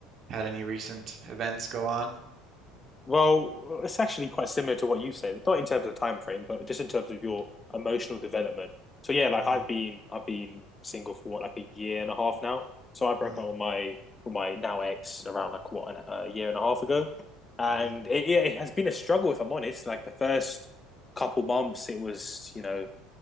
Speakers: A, on the right; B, on the left.
A: had any recent events go on?
B: Well, it's actually quite similar to what you said, not in terms of time frame, but just in terms of your
A: Mm,
B: emotional development. So yeah, like
A: mm,
B: I've been I've been single for what, like a year and a half now. So I broke
A: mm.
B: up with my with my now ex around like what an, a year and a half ago, and
A: Mm,
B: it, it has been a struggle if I'm honest. Like the first couple months, it was you know